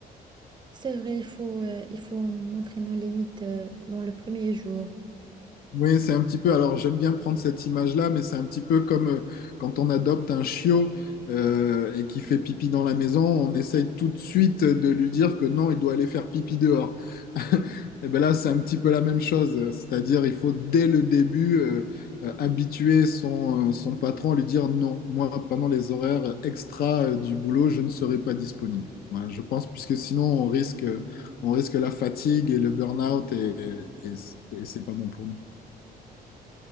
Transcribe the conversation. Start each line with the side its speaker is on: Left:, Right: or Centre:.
Right: C'est vrai, il faut, euh, il faut montrer nos limites, euh, dans le premier jour.
Left: Oui, c'est un petit peu, alors j'aime bien prendre cette image-là, mais c'est un petit peu comme euh, quand on adopte un chiot euh, et qui fait pipi dans la maison, on essaye tout de suite de lui dire que non, il doit aller faire pipi dehors. <laughs> Et bien là, c'est un petit peu la même chose, c'est-à-dire il faut dès le début euh, euh, habituer son, euh, son patron à lui dire non, moi pendant les horaires extra euh, du boulot, je ne serai pas disponible. Voilà, je pense, puisque sinon on risque, on risque la fatigue et le burn-out et, et, et c'est pas bon pour nous.